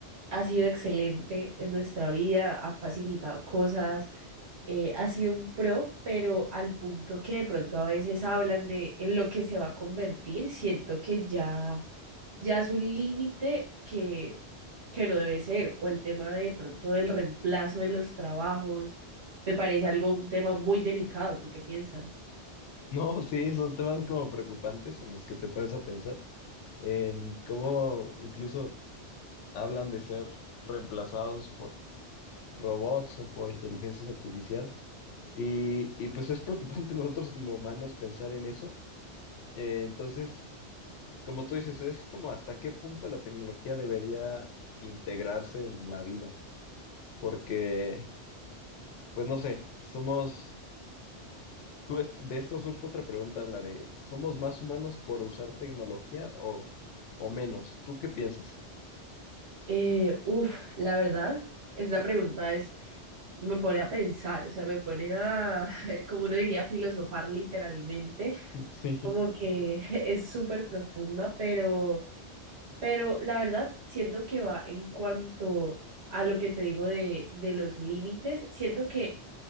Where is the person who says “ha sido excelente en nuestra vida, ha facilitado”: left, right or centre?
Right